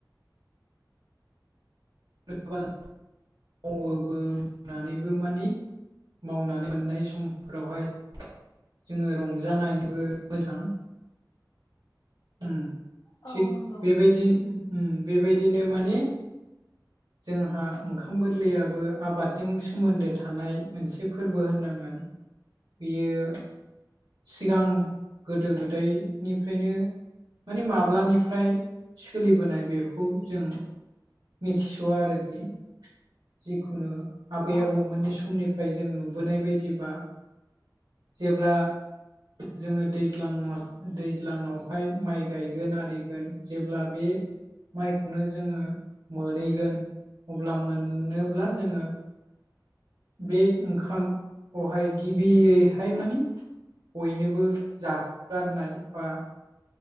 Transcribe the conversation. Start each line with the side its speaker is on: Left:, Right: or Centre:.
Right: <unintelligible> मावोबो मावनानैबो मानि मावनानै मोननाय समफोरावहाय जोङो रंजानानैबो मोजां उम
Left: औ
Right: थिग
Left: नंगौ
Right: बेबायदि उम बेबायदिनो माने जोंहा ओंखाम गोरलैयाबो आबादजों सोमोन्दो थानाय मोनसे फोरबो होननांगोन। बियो सिगां गोदो गोदायनि फ्रायनो माने माब्लानिफ्राय सोलिबोनाय बेखौ जों मिथिस'आ आरोखि जिखुनु आबै
Left: औ
Right: आबौ मोनै समनि फ्राय जों नुबोनाय बायदिबा जेब्ला जोङो दैज्लां दैज्लाङावहाय माइ गायगोन आरिगोन जेब्ला बे माइखौनो जोङो मोनहैगोन अब्ला मोनोब्ला जोङो बे ओंखामखौहाय गिबियैहाय मानिे बयनोबो जाहोगारनाय बा